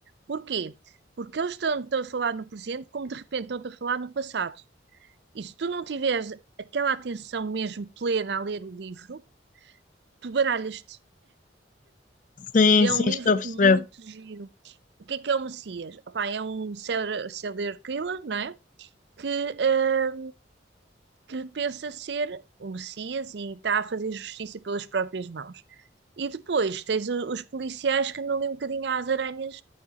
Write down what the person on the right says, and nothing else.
Porquê? Porque eles estão, estão a falar no presente, como de repente estão a falar no passado. E se tu não tiveres aquela atenção mesmo plena a ler o livro, tu baralhas-te.
E
é um
livro
muito giro. O que é que é o Messias? Opá, é um serial serial killer, não é? Que eh, que pensa ser o Messias e está a fazer justiça pelas próprias mãos. E depois tens o- os policiais que andam ali um bocadinho às aranhas